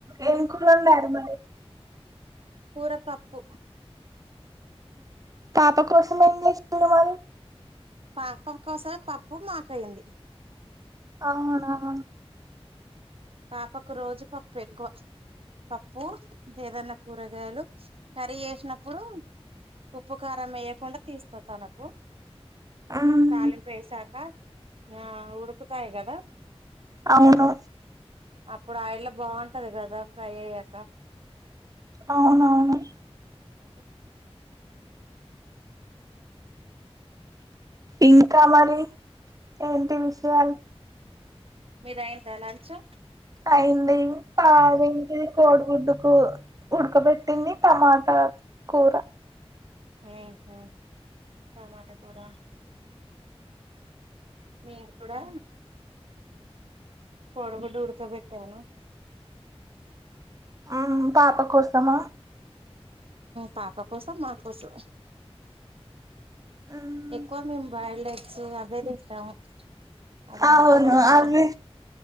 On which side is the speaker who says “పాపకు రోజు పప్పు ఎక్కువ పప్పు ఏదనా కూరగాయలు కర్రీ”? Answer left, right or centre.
Right